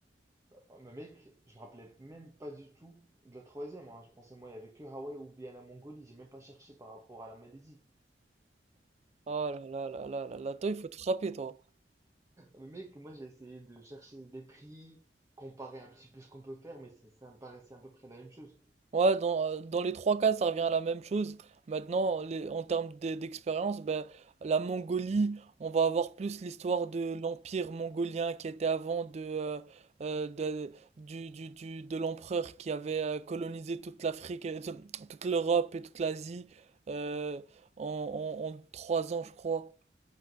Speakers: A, on the right; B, on the right.
A: Ouais, mais mec, je me rappelais même pas du tout de la troisième. hein. Je pensais, moi, il y avait que Hawaï ou bien la Mongolie. J'ai même pas cherché par rapport à la Malaisie.
B: Oh là là là là là là, toi, il faut te frapper, toi.
A: Mais mec, moi, j'ai essayé de chercher les prix, comparer un petit peu ce qu'on peut faire, mais c'est- ça me paraissait à peu près la même chose.
B: Ouais, dans, euh, dans les trois cas, ça revient à la même chose. Maintenant, les- en termes d'e- d'expérience, ben, la Mongolie, on va avoir plus l'histoire de l'empire mongolien qui était avant de, euh, euh, de, du, du, du- de l'empereur qui avait euh, colonisé toute l'Afrique, euh, so, toute l'Europe et toute l'Asie euh, en, en, en trois ans, je crois.